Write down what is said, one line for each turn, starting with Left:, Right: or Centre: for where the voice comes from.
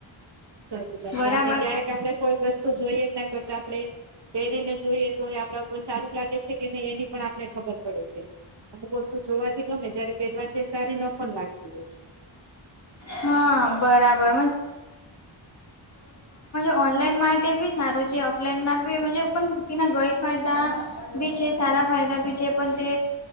Right: સાચી વાત
Left: બરાબર
Right: છે, અને ક્યારેક આપડે કોઈ વસ્તુ જોઈએ <unintelligible> કરતા આપણે પહેરીને જોઈએ તો આપણા. તો સારું લાગે છે, કે નહી એની પણ આપને ખબર પડે છે. અમુક વસ્તુ જોવાથી ગમે જયારે પહેરવાથી સારી ન પણ લાગતી હોય.
Left: હા બરાબર <unintelligible> ઓનલાઈન માટે બી સારું છે, ઓફલાઈનના બી પણ તેના ગેરફાયદા. બી છે, સારા ફાયદા બી છે, પણ તે